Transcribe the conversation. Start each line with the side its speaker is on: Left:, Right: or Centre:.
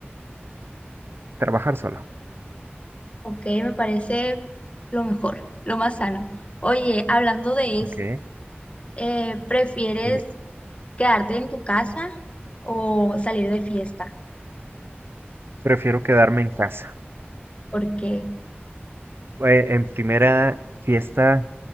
Right: trabajar solo,
Left: ok, me parece lo mejor, lo más sano. Oye, hablando de
Right: ¿ok?
Left: eso, eh, ¿prefieres
Right: Me-
Left: quedarte en tu casa o salir de fiesta?
Right: Prefiero quedarme en casa.
Left: Porque
Right: Eh, En primera fiesta